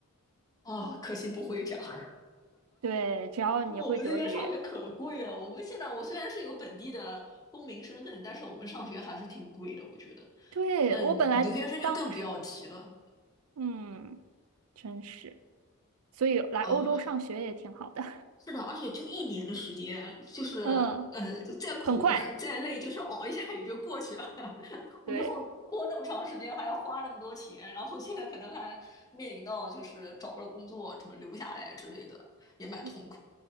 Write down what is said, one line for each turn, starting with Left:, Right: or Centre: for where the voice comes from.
Left: 啊，可惜不会讲。<laughs>
Right: 对，只要你会德语。
Left: 我们那边上学可贵了。我们现在，我虽然是有本地的公民身份，但是我们上学还是挺贵的，我觉得。
Right: 对，
Left: 那你留学生就更不要提了
Right: 我本来当时，嗯，真是，所以来欧洲上学也挺好的，
Left: 啊。是的，而且就一年的时间，就是
Right: <laughs> 嗯，
Left: 呃，就再苦
Right: 很快，
Left: <laughs> 再累，就是熬一下也就过去了，<laughs> 不用拖那么长时间，
Right: 对
Left: 还要花那么多钱。然后现在可能还面临到就是找不到工作，怎么留不下来之类的，也蛮痛苦。
Right: 对，